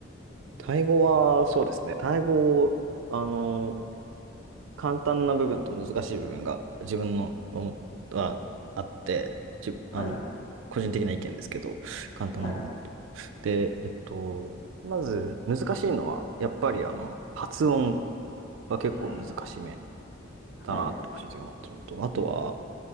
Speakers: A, on the right; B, on the left.
A: タイ語は、そうですね。タイ語、あの、簡単な部分と難しい部分が自分の思ったあって、じ、
B: はい、
A: あの、個人的な意見ですけど、簡単な部分と。
B: はい、
A: で、えっと、まず難しいのは、やっぱりあの、発音は結構難しめ
B: はい、はい。
A: だなって個人的に思ってるのと、あとは、